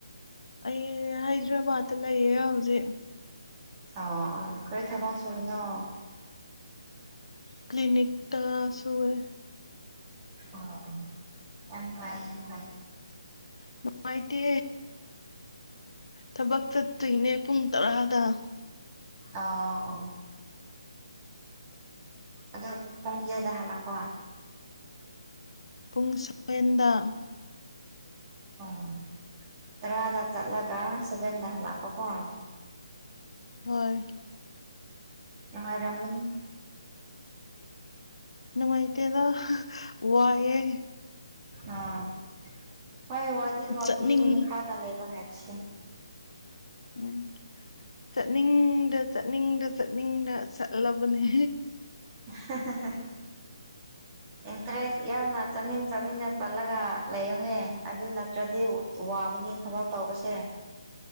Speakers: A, on the left; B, on the right.
A: ꯑꯩ ꯍꯥꯏꯗ꯭ꯔꯕꯥꯗ ꯂꯩꯌꯦ ꯍꯧꯖꯤꯛ
B: ꯑ ꯑ ꯀ ꯊꯕ ꯆꯔ ꯅ
A: ꯀꯂꯤꯟꯛ ꯇ ꯁꯋꯦ
B: ꯑꯣ ꯑꯣ ꯌꯥꯝ ꯐꯥꯏ ꯌꯥꯝ ꯐꯥꯏ
A: ꯅꯨꯡꯉꯥꯏꯇꯦ ꯊꯕꯛ ꯆꯠꯇꯣꯏꯅꯦ ꯄꯨꯡ ꯇꯔꯥꯗ
B: ꯑꯥ ꯑꯥ ꯑꯗ ꯄꯨꯡꯀꯌꯥꯗ ꯍꯂꯀ
A: ꯄꯨꯡ ꯁꯕꯦꯟꯗ
B: ꯑꯥ ꯇꯔꯥꯗꯥ ꯆꯠ ꯂꯥꯛꯒ ꯁꯕꯦꯟꯗ ꯍꯂ ꯀꯀ
A: ꯍꯣꯏ
B: ꯝ ꯑꯅꯨꯡꯉꯔꯝꯒ
A: ꯅꯃꯥꯏꯇꯗ ꯋꯥꯌꯦ
B: ꯑ ꯍꯣꯏ ꯋꯥꯗꯤ ꯋꯥꯕꯅꯤ
A: ꯆꯠꯅꯤꯡ
B: ꯃꯈꯥꯗ ꯂꯩꯕ ꯍꯥꯏꯕꯁꯤ ꯎ
A: ꯎꯝ ꯆꯠꯅꯤꯡꯗ ꯆꯠꯅꯤꯡꯗ ꯆꯠꯅꯤꯡꯗ ꯆꯠꯂꯕꯅꯦ
B: ꯍꯝ ꯍꯝ ꯏꯟꯇꯔꯦꯁ ꯌꯥꯎꯅ ꯆꯥꯅꯤꯡ ꯆꯥꯅꯤꯡꯅ ꯆꯠꯂꯒ ꯂꯩꯌꯨꯍꯦ ꯑꯗꯨ ꯅꯠꯇ꯭ꯔꯗꯤ ꯋꯥꯕꯅꯤ ꯊꯕꯛ ꯇꯧꯕꯁꯦ